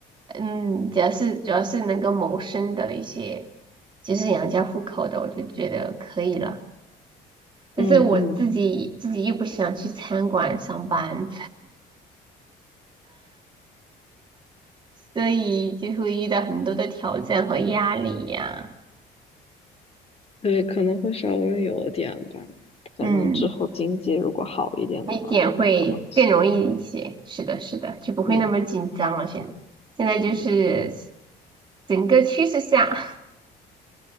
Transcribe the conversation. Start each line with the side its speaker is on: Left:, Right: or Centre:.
Right: 嗯，只要是主要是能够谋生的一些，就是养家糊口的，我就觉得可以了。
Left: 嗯嗯，
Right: 但是我自己自己又不想去餐馆上班。所以就会遇到很多的挑战和压力呀、
Left: 对，可能会稍微有点吧，可能之后经济如果好一点的话，
Right: 嗯，那点会更容易一些。
Left: 就会好一些。
Right: 是的，是的，就不会那么紧张了。
Left: 嗯
Right: 现现在就是
Left: 嗯，
Right: 整个趋势下，